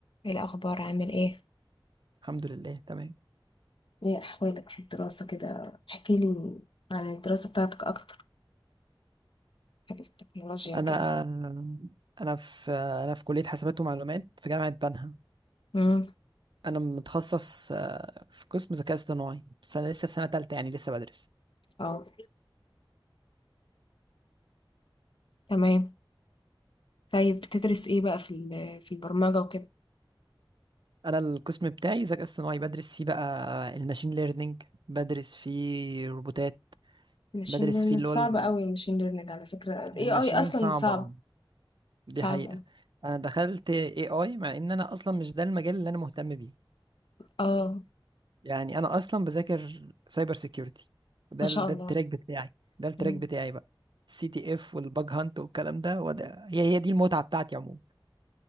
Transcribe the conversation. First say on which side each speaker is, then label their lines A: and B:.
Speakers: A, on the left; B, on the right.
A: ايه الاخبار عامل ايه
B: الحمد لله تمام
A: ايه احوالك في الدراسة كده احكي لي عن الدراسة بتاعتك اكتر حاجة في التكنولوجيا
B: انا
A: وكده
B: انا في انا في كليه حاسبات ومعلومات في جامعه بنها
A: امم
B: انا متخصص آه، في قسم ذكاء اصطناعي بس انا لسه في سنه تالتة يعني لسه بدرس
A: اه تمام طيب بتدرس ايه بقى في ال- في البرمجة وكده
B: انا القسم بتاعي ذكاء اصطناعي بدرس فيه بقى الماشين ليرنينج بدرس فيه روبوتات
A: ماشين
B: بدرس
A: ليرنينج
B: فيه اللي
A: صعب
B: هو ال-
A: قوي الماشين ليرنينج على فكرة الاي
B: الماشين
A: اي اصلا
B: صعبه
A: صعب
B: آه، دي
A: صعب
B: حقيقه
A: أوي.
B: انا دخلت اي اي مع ان انا اصلا مش ده المجال اللي انا مهتم بيه
A: اه
B: يعني انا اصلا بذاكر سايبر سيكيورتي ده
A: ما شاء
B: ال- ده
A: الله
B: التراك بتاعي ده التراك
A: امم
B: بتاعي بقى سي تي اف والباج هانت والكلام ده وده هي هي دي المتعه بتاعتي عموما